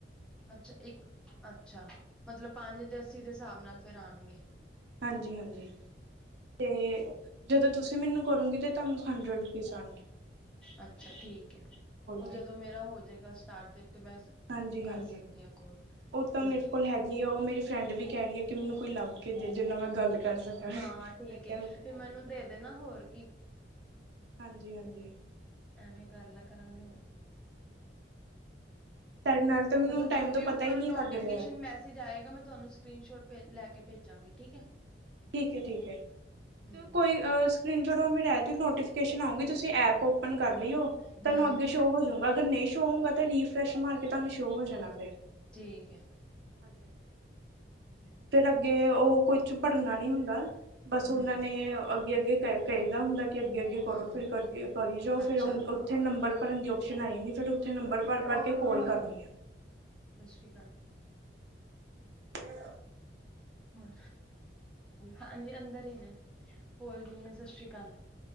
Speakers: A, in the centre; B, on the right.
A: ਅੱਛਾ ਇੱਕ ਅੱਛਾ ਮਤਲਬ ਪੰਜ
B: ਹਾਂਜੀ
A: ਦੇ ਅੱਸੀ ਦੇ ਸਾਬ ਨਾਲ ਫਿਰ ਆਨਗੇ।
B: ਹਾਂਜੀ-ਹਾਂਜੀ, ਤੇ ਜਦੋਂ ਤੁਸੀਂ ਮਨੂੰ ਕਰੋਗੇ ਤੇ ਤੁਹਾਨੂੰ ਹੰਡਰਡ ਰੁਪੀਸ ਆਣਗੇ।
A: ਅੱਛਾ ਠੀਕ ੲੈ, ਓ
B: ਦੇ
A: ਜਦੋਂ ਮੇਰਾ ਹੋਜੇਗਾ ਸਟਾਟ ਤੇ-ਤੇ ਮੈਂ
B: ਹਾਂਜੀ-ਹਾਂਜੀ,
A: ਕਰ ਸਕਦੀ ਆ ਕੋਲ
B: ਓ ਤਾਂ
A: ਠੀਕ
B: ਮੇਰੇ ਕੋਲ
A: ਐ
B: ਹੈ ਵਿ ਓ ਮੇਰੀ ਫਰੈਂਡ ਵੀ ਕੈ ਰੀ ਏ ਕੀ ਮੈ ਕੋਈ ਲੱਭ ਦੇ ਜਿੰਨਾ ਮੈਂ ਗੱਲ ਕੱਰ ਸਕਾ,
A: ਹਾਂ ਠੀਕ
B: ਮੈਂ ਕੇਆ
A: ਐ
B: ਮੇਤੋ
A: ਫਿਰ
B: ਹੈਗੇ
A: ਮੈਨੂੰ
B: ਐ-
A: ਦੇ ਦੇਣਾ ਹੋਰ ਕੀ?
B: ਹਾਂਜੀ-ਹਾਂਜੀ
A: ਐਵੇਂ ਕੱਰਲਾ ਕਰਾਂਗੇ ਹੋ
B: ਤੁਹਾਡੇ ਨਾਲ ਤਾਂ ਮੈਨੂੰ
A: ਮਤਬ
B: ਟਾਈਮ
A: ਜੋ
B: ਤੋਂ
A: ਵੀ
B: ਪਤਾ
A: ਉੱਪਰ
B: ਹੀ ਨਹੀਂ
A: ਨੋਟੀਵਿਕੇਸ਼ਨ
B: ਲੱਗ ਰਿਹਾ
A: ਮੈਸੇਜ ਆਏਗਾ ਮੈਂ ਤੁਵਾਨੂੰ ਸਕਰੀਨ ਸ਼ੋਟ ਭੇ, ਲੈ ਕੇ ਭੇਜਾਂਗੀ ਠੀਕ ਐ?
B: ਠੀਕ ਐ, ਠੀਕ ਐ,
A: ਹੂੰ
B: ਤੇ ਕੋਈ ਅਸ ਸਕਰਿਣਸੋਟ ਅੋਰ ਮੇਰੇ ਆਏ ਥਿੰਗ ਨੋਟੀਫਿਕੇਸ਼ਨ ਆਉਂਗੇ ਤੁਸੀਂ ਐਪ ਓਪਨ ਕੱਰ ਲਿਓ ਤਾਨੂੰ,
A: ਹੂੰ
B: ਅੱਗੇ ਸ਼ ਸ਼ੋ ਹੋਜਊਗਾ, ਅਗਰ ਨਈ ਸ਼ੋ ਹੋਊਗਾ ਤਾਂ ਰੀਫਰੈਸ਼ ਮਾਰ ਕੇ ਤਾਨੂੰ ਸ਼ੋ ਹੋ ਜਾਣਾ ਫੇਰ।
A: ਠੀਕ ਐ।
B: ਹਾਂਜੀ।
A: <unintelligible>
B: ਅੱਗੇ ਓ ਕੁਛ ਭਰਨਾ ਨੀ ਹੁੰਦਾ, ਬਸ
A: ਹੂੰ
B: ਓਨਾਂ ਨੇ ਅੱਗੇ-ਅੱਗੇ ਕ ਕਏਦਾ ਹੁੰਦਾ ਅੱਗੇ, ਅੱਗੇ, ਅੱਗੇ ਕਰੋ
A: ਹੂੰ
B: ਫੇਰ ਕਰਕੇ, ਕਰੀ ਜਾਓ।
A: ਅੱਛਾ
B: ਫੇਰ ਉੱਥੇ ਨੰਬਰ ਭਰਨ ਦੀ ਓਪਸ਼ਨ ਆਈ ਯਾਦੀ। ਫੇਰ ਉੱਥੇ ਨੰਬਰ ਭੱਰ-ਭੱਰ ਕੇ ਕੋਲ ਕਰਨੀ ਆ।
A: ਸਸ਼੍ਰੀ ਕਾਲ।
B: ਕੇਆ
A: ਹੋਰ, ਹਾਜੀ ਅੰਦਰ ਈ ਨੇ। ਹੋਰ ਕਿਵੇਂ ਸਸ਼੍ਰੀ ਕਾਲ।